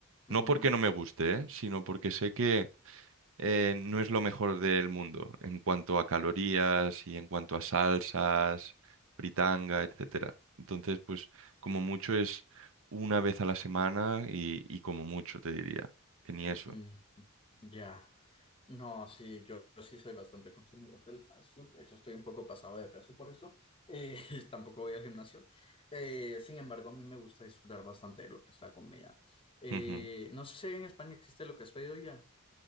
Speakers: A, on the right; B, on the left.
A: No
B: Mm,
A: porque no me guste, ¿eh? sino porque sé que eh, no es lo mejor del mundo en cuanto a calorías y en cuanto a salsas, fritanga, etcétera. Entonces, pues como mucho es una vez a la semana y, y como mucho te diría, que ni eso.
B: mm, ya. No, sí, yo, yo sí soy bastante consumidor del fast food. De hecho, estoy un poco pasado de peso por eso. Eh, <laughs> tampoco voy al gimnasio. Eh, sin embargo, a mí me gusta disfrutar bastante de lo que es la comida. Eh,
A: Ujú.
B: no sé si en España existe lo que es pedido ya.